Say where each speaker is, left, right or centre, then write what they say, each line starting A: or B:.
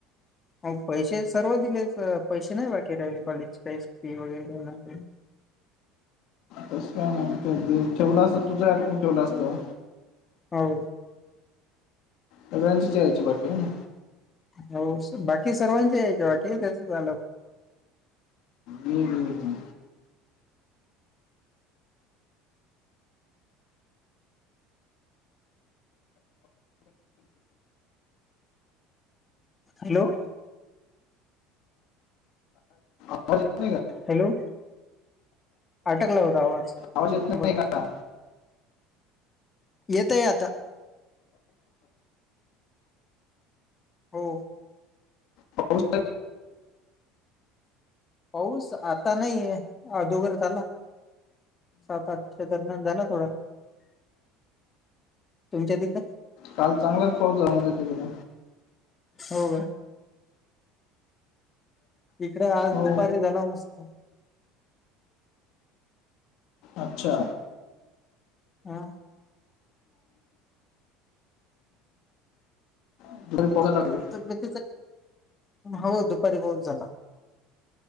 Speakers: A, on the left; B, on the left.
A: हाव पैसे सर्व दिले पैसे नाही बाकी राहिले कॉलेज काहीचं फी वगैरे काय <unintelligible>
B: तस काय नाही ठेवलं असतं तुझं आडकून ठेवलं असतं.
A: हाव.
B: सगळ्यांचेचं यायचे बाकी आहे ना?
A: हो बाकी सर्वांचे यायचे बाकी आहे त्याच झालं.
B: हम् हम् हम्.
A: हॅलो!
B: आवाज येत नाही का?
A: हॅलो! आटकला होता आवाज.
B: आवाज येत नाही
A: बोला
B: का?
A: येतय आता. हो.
B: पाऊस
A: पाऊस आता नाहीये आदोगर झाला. सात आठच्या दरम्यान झाला थोडा, तुमच्या तिकडं?
B: काल चांगलाच पाऊस झाला म्हने तिकडे.
A: हो का? इकडं आज
B: हो
A: दुपारी झाला मस्त.
B: आच्छा
A: हा
B: <unintelligible> तिकडं
A: ताबेतीच हो दुपारी पाऊस झाला.